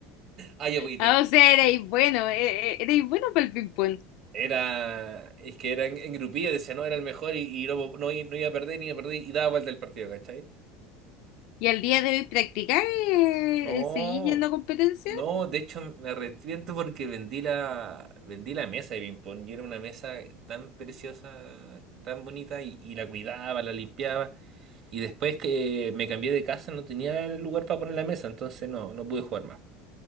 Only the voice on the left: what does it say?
Ah, o sea, erais bueno, eh, eh, erais bueno para el ping-pong.
¿Y al día de hoy practicáis? eh,
¿Seguís yendo a competencia?